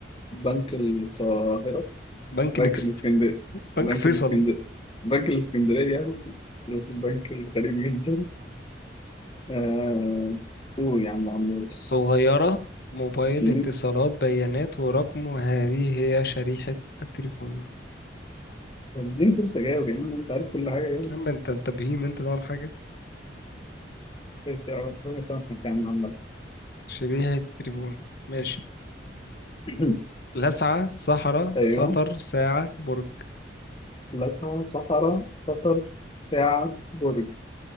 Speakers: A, on the left (about 30°); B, on the left (about 55°).
A: بنك القاهرة
B: بنك
A: بنك
B: نكست
A: الاسكندرية
B: بنك
A: بنك
B: فيصل
A: الاسكندرية بنك الاسكندرية البنك الغريب جدا آه... قول يا عم عمور
B: صغيرة موبايل
A: مم.
B: اتصالات بيانات ورقم وهذه هي شريحة التليفون
A: اديني فرصة جاوب يا عم انت عارف كل حاجة يعني
B: أما أنت أنت بهيم أنت تعرف حاجة
A: ماشي يا عم، ربنا يسامحك يا عم عمال
B: شريحة التليفون ماشي
A: <clears throat>
B: لسعة صحراء
A: <coughs> ايوه
B: خطر ساعة برج
A: لسعة صحراء خطر ساعة برج